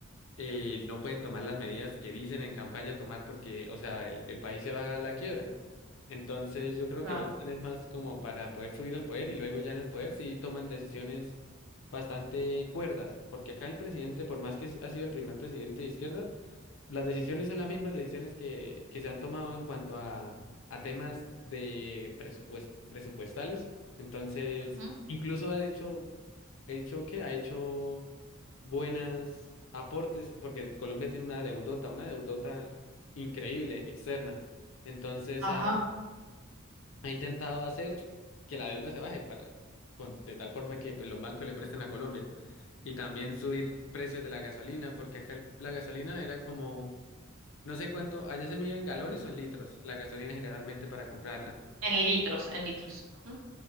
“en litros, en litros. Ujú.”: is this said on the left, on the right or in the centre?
Right